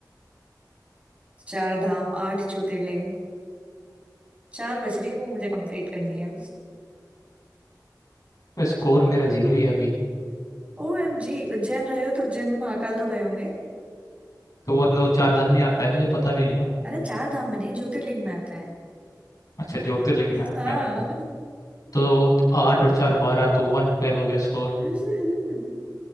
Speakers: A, on the right; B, on the left.
A: चार धाम आठ ज्योतिर्लिंग चार बज रही वो मुझे कंप्लीट करनी है
B: तो स्कोर मेरा जीरो ही है अभी
A: ओ एम जी उज्जैन रहे हो तो उज्जैन में महाकाल तो गए होंगे
B: तो वो मतलब वो चार धाम में आता है मुझे पता भी नहीं ना
A: अरे चार धाम में नहीं ज्योतिर्लिंग में आता है
B: अच्छा ज्योतिर्लिंग में आता
A: हाँ
B: है तो आठ और चार बारह तो वन ट्वेल्व हो गया स्कोर
A: <laughs>